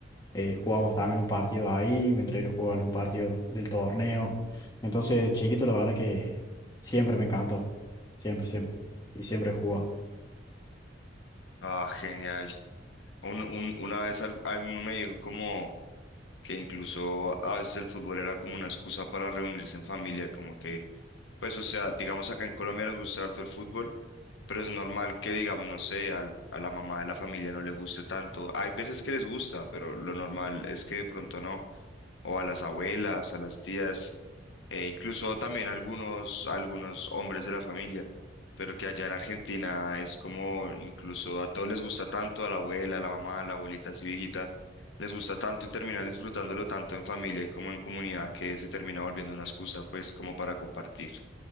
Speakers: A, on the left (about 20°); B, on the left (about 75°).
A: Eh, jugábamos también un partido ahí, mientras ellos jugaban un partido del torneo. Entonces, chiquito, la verdad que siempre me encantó, siempre, siempre, y siempre he jugado.
B: Ah, genial. Un, un- una vez al- alguno me dijo como que incluso a veces el fútbol era como una excusa para reunirse en familia, como que, pues, o sea, digamos acá en Colombia nos gusta harto el fútbol pero es normal que, digamos, no sé, al- a la mamá de la familia no le guste tanto. Hay veces que les gusta, pero lo normal es que de pronto no. O a las abuelas, a las tías, e incluso también algunos, algunos hombres de la familia. Pero que allá en Argentina es como incluso a todos les gusta tanto, a la abuela, a la mamá, a la abuelita así viejita, les gusta tanto y terminan disfrutándolo tanto en familia y como en comunidad que se termina volviendo una excusa pues como para compartir.